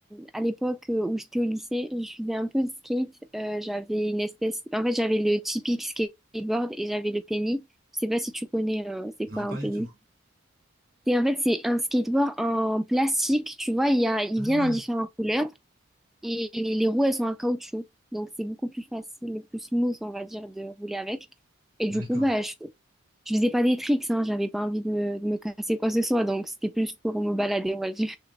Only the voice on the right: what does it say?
Non,
pas du
tout.
Ah
oui,
d'accord.